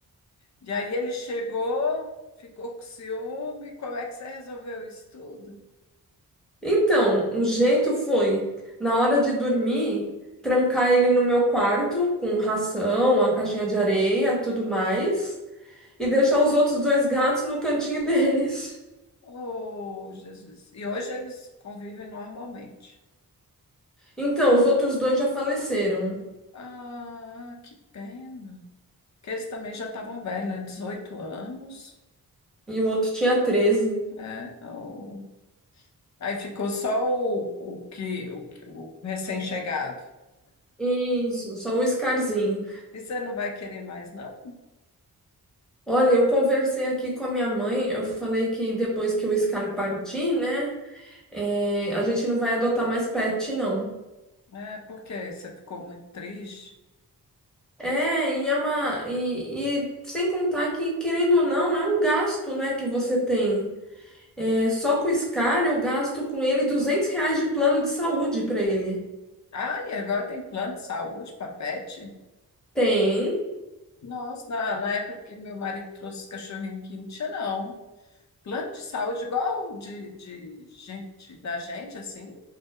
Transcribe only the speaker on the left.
E aí ele chegou, ficou com ciúme. Como é que você resolveu isso tudo?
Oh, Jesus. E hoje eles convivem normalmente.
Ah, que pena. Que eles também já estavam velhos, né? 18 anos.
É, o- Aí ficou só o, o que o, que- o recém-chegado.
E você não vai querer mais, não?
É porque você ficou muito triste.
Ah, e agora tem plano de saúde para pet?
Nossa, na, na época que meu marido trouxe os cachorrinhos aqui, não tinha, não. Plano de saúde igual o de, de gente, da gente, assim?